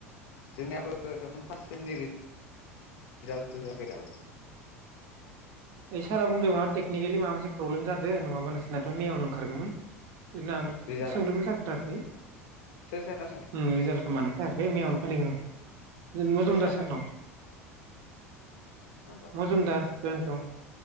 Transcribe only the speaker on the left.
जोंनियाबो दखन फार्स्ट सेमनि रिजालट <unintelligible> होआखै दाबो
रिजाल्टआ
सोर सारनाव सोंनाय
सोर
सोंनाय नंगौ